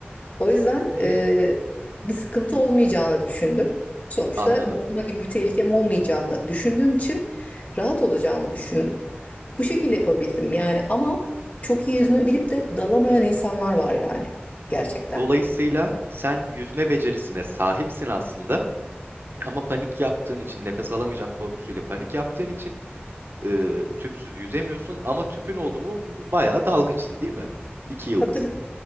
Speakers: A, on the left; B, on the right.
A: O yüzden
B: Hmm,
A: e, bir sıkıntı olmayacağını düşündüm. Sonuçta
B: anladım.
A: boğulma gibi bir tehlikem olmayacağını düşündüğüm için rahat olacağımı düşündüm. Bu şekilde yapabildim yani ama çok iyi yüzme bilip de dalamayan insanlar var yani
B: Hmm.
A: gerçekten.
B: Dolayısıyla sen yüzme becerisine sahipsin aslında. Ama panik yaptığın için, nefes alamayacağım korkusuyla panik yaptığın için e, tüpsüz yüzemiyorsun. Ama tüpün oldu mu bayağı dalgıçsın değil mi? İki yıldız.
A: Tabii tabii